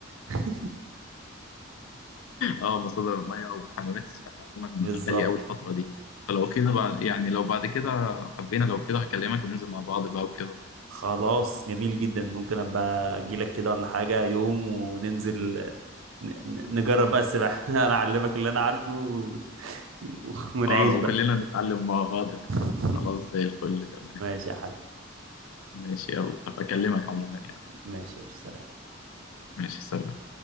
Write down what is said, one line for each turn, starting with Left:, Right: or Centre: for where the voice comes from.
Right: <laughs>
Left: اه مصادر الميه وحمامات السباحه عموما
Right: بالظبط
Left: غاليه قوي الفتره دي فلو كده بقى يعني لو بعد كده حبينا لو كده هكلمك وننزل مع بعض بقى وكده
Right: خلاص جميل جدا ممكن ابقى اجيلك كده ولا حاجة يوم وننزل ن- ن- نجرب بقى السباحة <laughs> انا اعلمك اللي انا عارفه و- <laughs> ونعيش
Left: اه وكلنا
Right: بقى
Left: نتعلم مع بعض مثلا
Right: <laughs>
Left: خلاص زي الفل تمام
Right: ماشي يا حبيبي
Left: ماشي يلا هبقى اكلمك عموما يعني
Right: ماشي ماشي سلام
Left: ماشي سلام